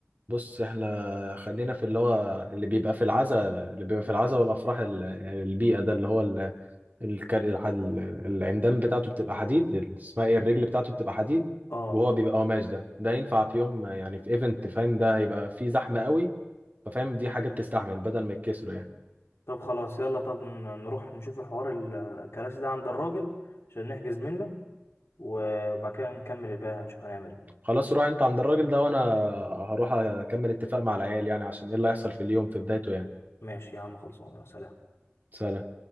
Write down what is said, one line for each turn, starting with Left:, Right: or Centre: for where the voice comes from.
Right: بص احنا خلينا في اللي هو اللي بيبقى في العزا اللي بيبقى في العزا والافراح ال- البيئه ده اللي هو الكر... الح- ال- العمدان بتاعته بتبقى حديد ال- اسمها ايه الرجل بتاعته بتبقى حديد
Left: اه
Right: وهو بيبقى قماش ده ده ينفع في يوم يعني في ايفنت فاهم ده هيبقى فيه زحمة قوي ففاهم دي حاجات تستحمل بدل ما يتكسروا يعني
Left: طب خلاص يلا طب ن- نروح نشوف الحوار ال- الكراسي ده عند الراجل عشان نحجز منه وبعد كده نكمل الباقي هنشوف هنعمل ايه
Right: خلاص روح انت عند الراجل ده وانا هروح اكمل اتفاق مع العيال يعني عشان ايه اللي هيحصل في اليوم في بدايته يعني
Left: ماشي يا عم خلصان يا سلام
Right: سلام